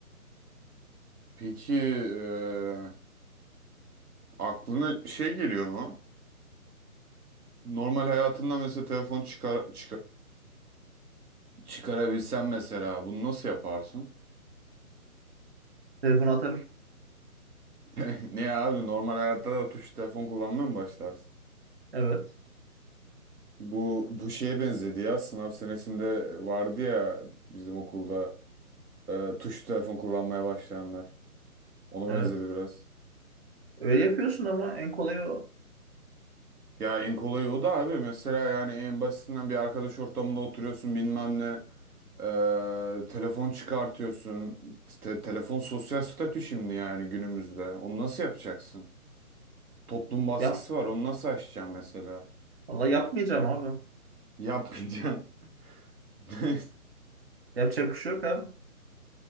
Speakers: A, on the right (about 80°); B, on the right (about 45°).
A: Peki eee, aklına şey geliyor mu? Normal hayatında mesela telefon çıkar, çıkar çıkarabilsen mesela bunu nasıl yaparsın?
B: Telefonu atarım.
A: <laughs> Niye abi normal hayatta da tuş telefon kullanmaya mı başlarsın?
B: Evet.
A: Bu bu şeye benzedi ya sınav senesinde vardı ya bizim okulda eee, tuş telefon kullanmaya başlayanlar. Ona
B: Evet.
A: benzedi biraz.
B: Öyle yapıyorsun ama en kolayı o.
A: Ya en kolayı o da abi. Mesela yani en basitinden bir arkadaş ortamında oturuyorsun bilmem ne. Ee, telefon çıkartıyorsun. Te- telefon sosyal statü şimdi yani günümüzde. Onu nasıl yapacaksın? Toplum baskısı
B: Yap.
A: var. Onu nasıl aşacaksın mesela?
B: Valla yapmayacağım abi.
A: Yapmayacaksın. <laughs>
B: Yapacak bir şey yok abi.